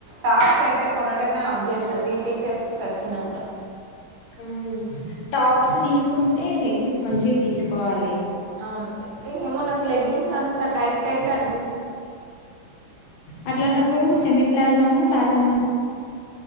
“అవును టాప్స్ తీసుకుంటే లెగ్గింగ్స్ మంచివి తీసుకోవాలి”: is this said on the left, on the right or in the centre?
Left